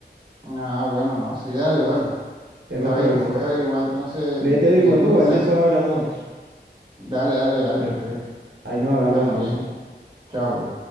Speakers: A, on the right; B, on the right.
A: Ah, bueno, no, sí, dale, bueno,
B: Epa,
A: está
B: pero
A: bien, yo
B: sí,
A: voy a averiguar entonces
B: vete averiguando,
A: bien cómo es
B: igual
A: que se
B: después
A: hace.
B: hablamos de eso.
A: Dale, dale, dale,
B: Bueno,
A: perfecto.
B: pues, ahí nos hablamos
A: Bueno,
B: entonces.
A: bien, chao, pues.